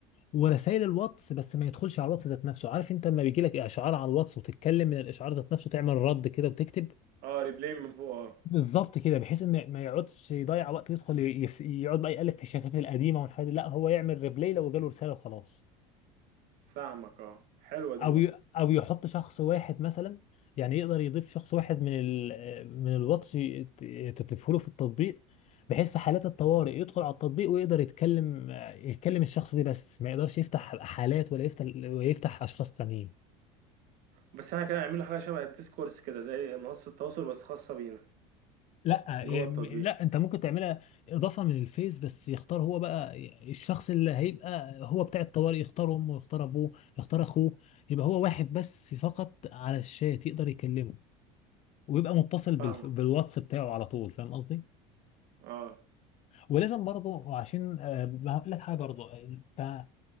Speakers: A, on the left; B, on the right.
A: ورسائل الواتس بس ما يدخلش على الواتس ذات نفسه عارف انت لما بيجي لك اشعار على الواتس وتتكلم من الاشعار ذات نفسه تعمل رد كده وتكتب
B: اه ريبلاي من فوق اه
A: بالظبط كده بحيث ان ما يقعدش يضيع وقت يدخل ي- يف- يقعد بقى يقلب في الشتات القديمه والحاجات دي لا هو يعمل ريبلاي لو جاله رساله وخلاص
B: فاهمك اه حلوه دي
A: او
B: برضه
A: ي... او يحط شخص واحد مثلا يعني يقدر يضيف شخص واحد من ال... من الواتس ي- ت- تضيفه له في التطبيق بحيث في حالات الطوارئ يدخل على التطبيق ويقدر يتكلم يتكلم الشخص ده بس ما يقدرش يفتح حالات ولا يفتح ولا يفتح اشخاص تانيين
B: بس انا كان اعمل له حاجه شبه الديسكورس كده زي منصه تواصل بس خاصه بينا
A: لا
B: جوه
A: يم-
B: التطبيق
A: لا انت ممكن تعملها اضافه من الفيس بس يختار هو بقى الشخص اللي هيبقى هو بتاع الطوارئ يختار امه يختار ابوه يختار اخوه يبقى هو واحد بس فقط على الشات يقدر يكلمه ويبقى متصل
B: فاهمك
A: بال- بالواتس بتاعه على طول فاهم قصدي؟
B: اه
A: ولازم برضه عشان آه، ما هقول لك حاجه برضه انت